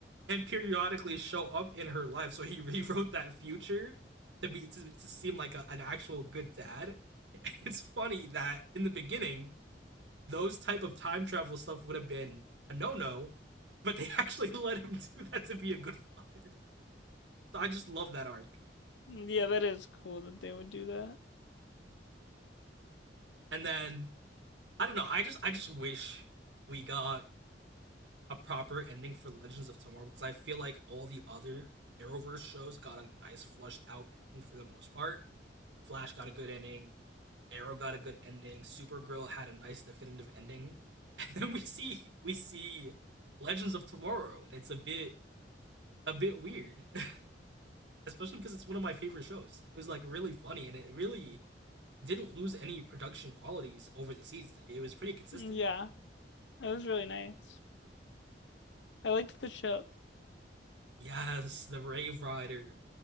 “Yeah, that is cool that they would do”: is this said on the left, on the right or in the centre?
Left